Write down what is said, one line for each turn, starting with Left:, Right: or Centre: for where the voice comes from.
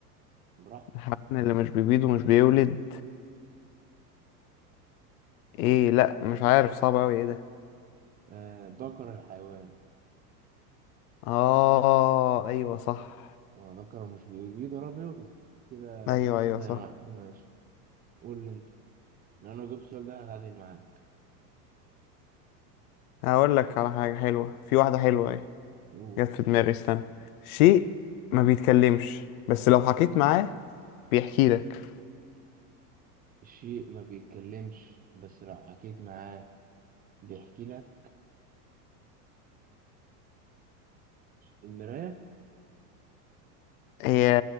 Right: براحته
Left: الحيوان اللي مش بيبيض ومش بيولد ايه لا مش عارف صعب اوي ايه ده
Right: آه ذكر الحيوان
Left: اه ايوه صح
Right: هو ذكر مش بيبيض ولا بيولد كده
Left: ايوه
Right: لسه
Left: ايوه
Right: زي
Left: صح
Right: ما احنا ماشي قول لي انت لو انا جبت السؤال ده هتعادل معاك
Left: هقول لك على حاجه حلوه في واحده حلوه
Right: مم.
Left: اهي
Right: قول.
Left: جت في دماغي استنى شيء ما بيتكلمش بس لو حكيت معاه بيحكي لك
Right: الشيء ما بيتكلمش بس لو حكيت معاه بيحكي لك المراية
Left: هي